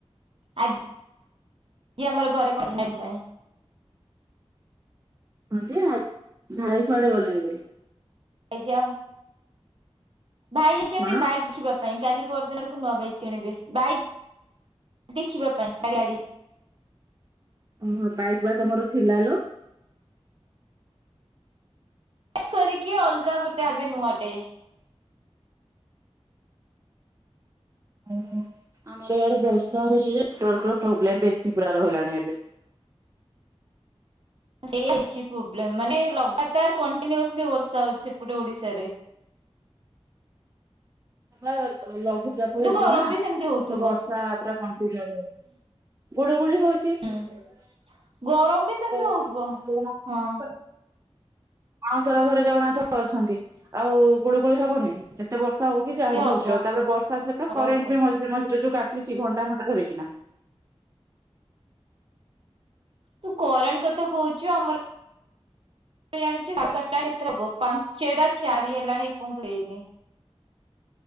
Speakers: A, on the right; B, on the right.
A: ଆଜି ଆଜି ଆମର ଘରେ କଳି ନାଗିଥିଲା ଏ।
B: ହଁ ଯେ ଆ ଭାଇ କୁଆଡେ ଗଲେ ଏବେ?
A: ଭାଇ ଯା ଭାଇ ଯାଇଛନ୍ତି
B: କଣ?
A: ବାଇକ୍ ଦେଖିବାକୁ। ପାଇଁ କାଲି ପରଦିନ ଆଡକୁ ନୂଆ ବାଇକ୍ କିଣିବେ ବାଇକ୍ ଦେଖିବା ପାଇଁ ଗାଡ଼ି
B: ଓହୋ ବାଇକ୍ ବା ତମର ଥିଲା ଲୋ।
A: ସ୍ କରିକି ଅଲଗା ଗୋଟେ ଆଇବେ ଗୋଟେ ନୂଆଟେ।
B: ଓ ଆମର ଆଡେ ବର୍ଷା ହୋଉଛି ଯେ ନେଟ୍ୱାର୍କ ର ପ୍ରୋବ୍ଲେମ ବେଶୀ ପୁରା ରହିଲାଣି ଏବେ।
A: ସେଇଆ ହେଇଛି ପ୍ରୋବ୍ଲେମ୍ ମାନେ ଲଗତାର୍ କଣ୍ଟିନିଓସ୍ଲି ବର୍ଷା ହୋଉଛି ସେପଟେ ଓଡିଶାରେ।
B: ଆଲୋ ଲଘୁଚାପ
A: କିନ୍ତୁ
B: ହୋଉଛି
A: ଗରମ
B: ନା
A: ବି
B: ତ
A: ସେମିତି ହଉଥିବ
B: ବର୍ଷା ପୁରା କନ୍ଟିନିଓ ରହୁଚି। ଗୁଳୁଗୁଳି ହୋଉ
A: ହୁଁ ଗରମ ବି ସେମିତି ହୋଉଥିବ
B: ଜଗନ୍ନାଥ
A: ହଁ।
B: ଅଣସର ଘରେ ଜଗନ୍ନାଥ ଅଛନ୍ତି ଆଉ ଗୁଳୁ ଗୁଳି ହବନି ଯେତେ ବର୍ଷା ହୋଉ କି ଯାହା
A: ସିଏ
B: ବି
A: ହବ
B: ହୋଉଛି ହୋଉ। ତାପରେ ବର୍ଷା ସହିତ
A: ହବ
B: କରେଣ୍ଟ
A: ହବ।
B: ବି ମଝିରେ ମଝିରେ ଯୋଉ କା କିଛି ଘଣ୍ଟା ଘଣ୍ଟା ଧରିକି ନା।
A: ତୁ କରେଣ୍ଟ କଥା କହୁଚୁ ଆମର ଜାଣିଛୁ ସାଢେ ବାରଟା ପାଞ୍ଚଟା ଚାରି ହେଲାଣି ଏଇପନ୍ତ ହେଇନି।